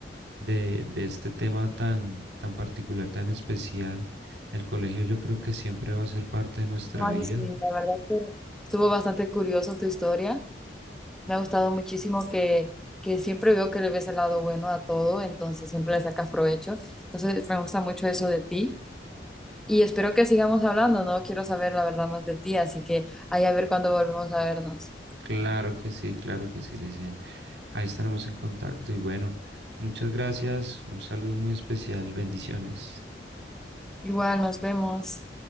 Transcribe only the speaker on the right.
de, de este tema tan, tan particular, tan especial. El colegio yo creo que siempre va a ser parte de nuestra
vida.
Claro que sí, claro que sí, dicen. Ahí estaremos en contacto y bueno, muchas gracias. Un saludo muy especial. Bendiciones.